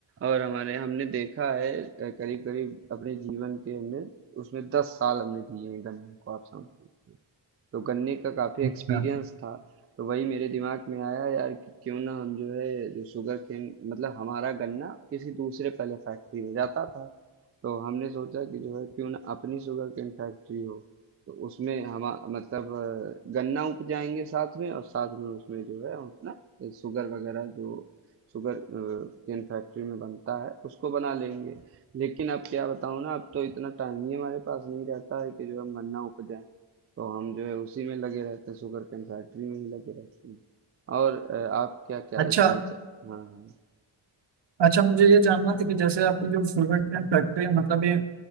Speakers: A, on the right; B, on the right.
A: और हमारे हमने देखा है करीब करीब अपने जीवन के हमने उसमें दस साल हमने दिए हैं गन्ने को आप समझ लीजिए तो गन्ने का काफ़ी एक्सपीरियंस
B: अच्छा
A: था, तो वही मेरे दिमाग में आया यार कि क्यों ना हम जो है जो शुगर केन मतलब हमारा गन्ना किसी दूसरे पहले फैक्ट्री में जाता था, तो हमने सोचा कि जो है क्यों ना अपनी शुगर केन फैक्ट्री हो, तो उसमें हम मतलब अ, गन्ना उपजाएंगे साथ में और साथ में उसमें जो है हम अपना शुगर वगैरह जो शुगर केन फैक्ट्री में बनता है उसको बना लेंगे लेकिन अब क्या बताऊं ना अब तो इतना टाइम ही हमारे पास नहीं रहता है कि जो हम गन्ना उपजाएं तो हम जो है उसी में लगे रहते हैं शुगर केन फैक्ट्री में ही लगे रहते हैं और अ, आप क्या क्या
B: अच्छा,
A: इस समय च- हाँ हाँ
B: अच्छा मुझे ये जानना था कि जैसे आपकी जो शुगर केन फैक्ट्री है मतलब ये